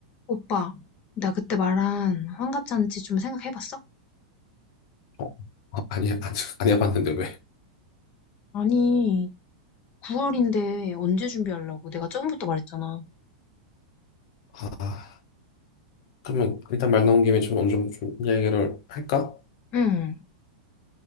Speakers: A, on the left; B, on the left.
A: 오빠, 나 그때 말한 환갑잔치 좀 생각해봤어?
B: 어, 어, 아니, 안, 안 해봤는데 왜?
A: 아니, 9월인데 언제 준비하려고? 내가 처음부터 말했잖아.
B: 아, 그러면 일단 말 나온 김에 좀 어느 정도 좀 이야기를 할까?
A: 응,